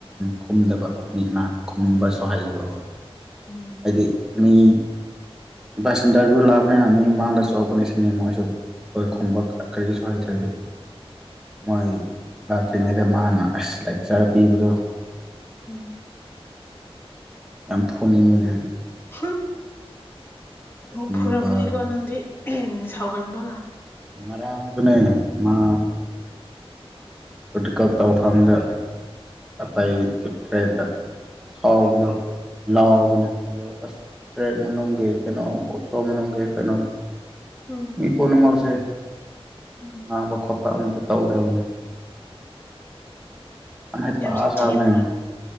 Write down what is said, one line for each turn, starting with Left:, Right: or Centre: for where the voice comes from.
Centre: ꯈꯨꯝꯗꯕ ꯃꯤ ꯀꯅꯥ ꯈꯨꯝꯕꯁꯨ
Left: ꯎꯝ
Centre: ꯍꯩꯔ‌ꯣ
Left: ꯎꯝ
Centre: ꯍꯥꯏꯗꯤ ꯃꯤ ꯕꯁ <unintelligible> ꯁꯟꯇꯔꯕꯨ ꯂꯥꯛꯕꯅꯤꯅ ꯃꯤ ꯃꯥꯥꯡꯗ ꯆ‌ꯣꯟꯀꯅꯤ ꯁꯤꯅꯦ ꯃ‌ꯣꯏꯁꯨ ꯑꯩꯈꯣꯏ
Left: ꯎꯝ ꯎꯝ
Centre: ꯈꯨꯝꯕ ꯀꯔꯤꯁꯨ ꯍꯥꯏꯗ꯭ꯔ‌ꯦ ꯑꯩ ꯃꯣꯏ ꯂꯥꯛꯇ꯭ꯔꯤꯉꯩꯗ ꯃꯥꯅ ꯑꯁ ꯂꯩ ꯆꯥꯔ ꯄꯤꯕꯗꯣ
Left: ꯎꯝ
Centre: ꯌꯥꯝ ꯐꯣꯅꯤꯡꯕꯅ‌ꯦ
Left: <unintelligible> ꯑꯃꯨꯛ
Centre: ꯍꯟꯅꯨꯕ
Left: ꯐꯨꯔꯝꯂꯤꯀꯣ ꯅꯪꯗꯤ ꯁꯥꯎꯒꯟꯕ ꯉꯥꯛ
Centre: ꯉꯔꯥꯡꯁꯨꯅ‌ꯦ ꯃꯥ
Left: ꯎꯝ
Centre: ꯄ꯭ꯔꯥꯛꯇꯤꯀ‌ꯜ ꯇꯧꯐꯝꯗ ꯑꯇꯩ ꯊ ꯊ‌ꯦꯠꯈ꯭ꯔꯦꯗ ꯁꯥꯎꯕꯗꯣ ꯂꯥꯎꯕꯅꯦ
Left: ꯎꯝ
Centre: ꯑꯗꯨꯗ ꯑꯁ ꯇꯔꯦꯠ ꯃꯅꯨꯡꯒꯤ ꯀꯩꯅꯣ ꯑꯣꯁꯣ ꯃꯅꯨꯡꯒꯤ ꯀꯩꯅꯣ
Left: ꯎꯝ
Centre: ꯃꯤ ꯄꯨꯅꯃꯛꯁ‌ꯦ
Left: ꯎꯝ
Centre: ꯉꯥꯡꯕ ꯈꯣꯠꯄ ꯑꯝꯇ ꯇꯧꯗ꯭ꯔꯕꯅꯤ ꯑꯝ ꯍꯩꯄꯥ
Left: ꯌꯥꯝ ꯁꯥꯊꯤꯕ꯭ꯔꯣ
Centre: ꯁꯥꯕꯅ‌ꯦ